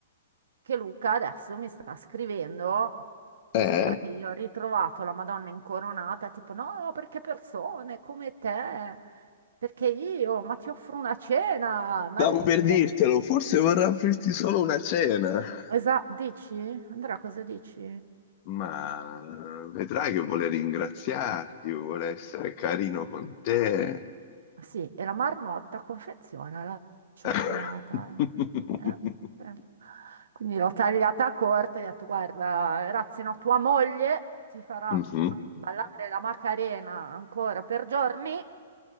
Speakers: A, on the right; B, on the left.
A: che Luca adesso mi sta scrivendo che
B: Eh?
A: sembra che io ho ritrovato la Madonna incoronata, tipo no, perché persone come te, perché io, ma ti offro una cena, ma
B: Stavo
A: perché?
B: per dirtelo, forse vorrà offrirti solo una cena.
A: Esatto, dici? Andrea, cosa dici?
B: Ma vedrai che vuole ringraziarti, vuole essere carino con te.
A: Ah, Sì, e la marmotta confeziona la cioccolata.
B: <laughs>
A: eh? Eh. Quindi l'ho tagliata corta e ho detto, guarda, ragazzi, no, tua moglie ti farà
B: Mhm.
A: ballare la Macarena ancora per giorni.